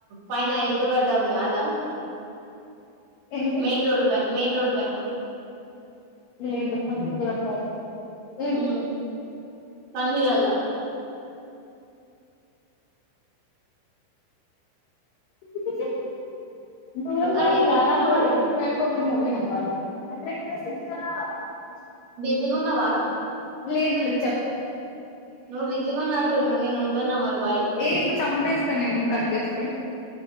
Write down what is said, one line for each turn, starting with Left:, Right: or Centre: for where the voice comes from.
Right: పైన ఎత్తుగడ్డ అదా
Left: ఏంటి
Right: మెయిన్ రోడ్ పై మెయిన్ రోడ్ పైనా
Left: లేదు అంత దూరం కాదు ఎం
Right: హ్మ్. పందిలల్లా.
Left: <inaudible> దూరం
Right: ఇంకా
Left: దూరమ్
Right: ఏం
Left: జానా
Right: చేస్తున్నావ్
Left: పడేగా
Right: మరి
Left: మెర్కుము <unintelligible>
Right: బిజీగా ఉన్నావారా
Left: లేదు లేదు చెప్
Right: నువ్వు బిజీగా ఉన్నట్టున్నావ్ నేను ఉంటున్నా మరి బాయ్
Left: ఏ చంపేస్తే నేను కట్ చేస్తే